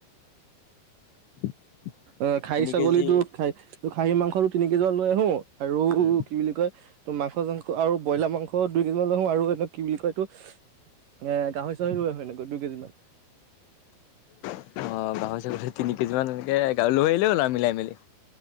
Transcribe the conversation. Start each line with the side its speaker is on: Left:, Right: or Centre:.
Left: <inaudible>
Right: অ', খাহী
Left: তিনি
Right: ছাগলী
Left: কেজি
Right: টো খাহী, খাহী মাংসটো তিনি কেজিমান লৈ আহো। আৰু
Left: উম
Right: কি বুলি কয়? তো মাংস-চাংস আৰু ব্ৰইলাৰ মাংস দুই কেজিমান লৈ আহো আৰু এটো কি বুলি কয় এইটো? এ গাহৰি-চাহৰি লৈ আহো এনেকৈ দুই কেজিমান।
Left: অ, গাহৰি <unintelligible> তিনি কেজি মান এনেকে গাঁ লৈ আহিলে হ'ল আৰু মিলাই মেলি।